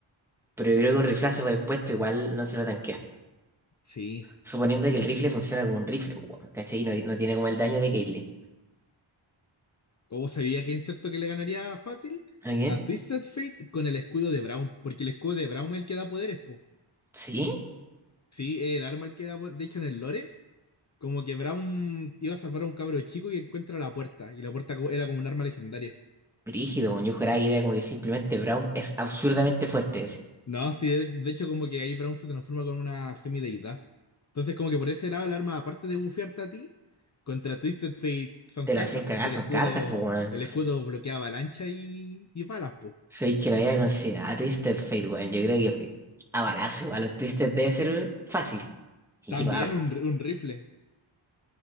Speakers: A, in the centre; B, on the left.
A: Pero yo creo que un riflazo bien puesto igual no se lo tanquea.
B: sí.
A: Suponiendo que el rifle funciona como un rifle, pues, weón, ¿cachai? Y no, no tiene como el daño de Caitlyn.
B: ¿Cómo sabía quién cierto que le ganaría fácil?
A: ¿Alguien?
B: A Twisted Fate con el escudo de Brown, porque el escudo de Brown es el que da poderes, po.
A: ¿Sí?
B: Sí, es el arma el que da poderes. De hecho, en el lore, como que Brown iba a salvar a un cabro chico y encuentra la puerta, y la puerta co- era como un arma legendaria.
A: Brígido, weón. yo juraba que era como que simplemente Brown es absurdamente fuerte. así.
B: No, sí, de de hecho, como que ahí Brown se transforma con una semideidad. Entonces, como que por ese lado, el arma, aparte de bufearte a ti, contra Twisted Fate son
A: Te
B: cartas,
A: la haces cagar,
B: pues si el
A: son
B: escudo,
A: cartas, pues, weón.
B: el escudo bloquea avalancha y, y balas, pues.
A: Sabéis que no había considerado a Twisted Fate, weón. Yo creo que a balazo igual un Twisted debe ser fácil. Y,
B: También
A: que va-
B: un, un rifle.